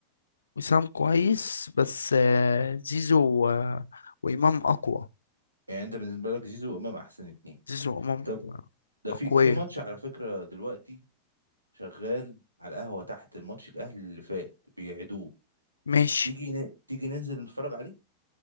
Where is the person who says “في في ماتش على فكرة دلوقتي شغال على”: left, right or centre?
Right